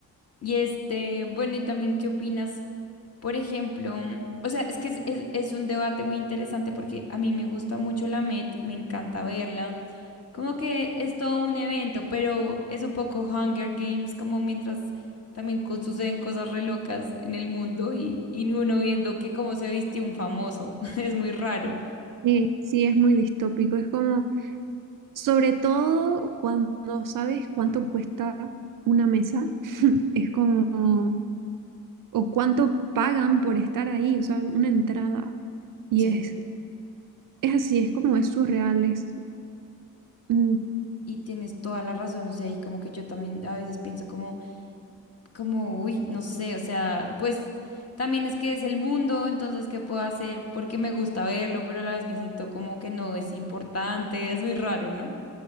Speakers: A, on the left (about 35°); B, on the right (about 50°).
A: Y este, bueno, y también, ¿qué opinas? Por ejemplo, o sea, es que es, es es un debate muy interesante porque a mí me gusta mucho la Met, me encanta verla. Como que es todo un evento, pero es un poco Hunger Games, como mientras también co- suceden cosas re locas en el mundo y, y uno viendo que cómo se vistió un famoso. <laughs> Es muy raro.
B: Sí, sí, es muy distópico. Es como, sobre todo cuando no sabes cuánto cuesta una mesa, es como, o cuánto pagan por estar ahí, o sea, una entrada. Y
A: Sí.
B: es, es así, es como, es surreal, es, mm,
A: Y tienes toda la razón, o sea, y como que yo también a veces pienso como, como, uy, no sé, o sea, pues también es que es el mundo, entonces, ¿qué puedo hacer? Porque me gusta verlo, pero a la vez me siento como que no es importante, es muy raro, ¿no?